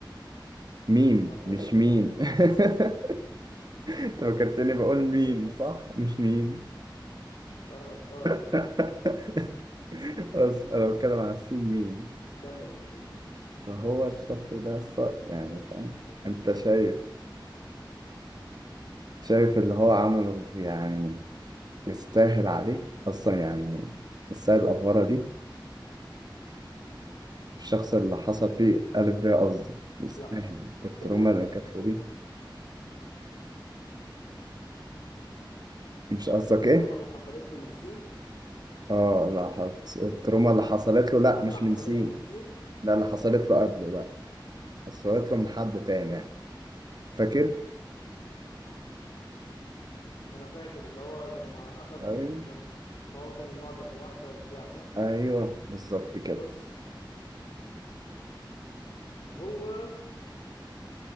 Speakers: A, on the right (about 55°); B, on the left (about 75°).
A: ميم
B: اه ماشي
A: مش مين
B: كمل يا زوز
A: <laughs> انت فكرتني بقول مين
B: كمل يا زوز
A: صح مش مين
B: اه اه
A: <laughs> بس انا بتكلم على السين ميم
B: كمل يا زوز كمل.
A: فهو الشخص ده الص- يعني
B: ماشي
A: فاهم
B: ماشي
A: انت شايف شايف اللي هو عمله يعني يستاهل عليه اصلا يعني يستاهل الافوره دي الشخص اللي حصل فيه ألف ب قصدي يستاهل
B: لا
A: التروما
B: يا ابني انا
A: اللي
B: مش
A: جات له
B: فاكر
A: دي مش قصدك
B: التروما
A: ايه؟
B: اللي حصلت له من سين
A: اه لا حط- التروما اللي حصلت
B: التروما
A: له لا
B: اللي
A: مش
B: حصلت
A: من سين
B: له من سين
A: لا اللي حصلت له قبله بقى حصلت له من حد تاني يعني فاكر؟
B: انا فاكر اللي هو لما اخد
A: ايوه
B: لما هو كان معجب بواحده وبتاع صح
A: ايوه بالظبط كده
B: بص هو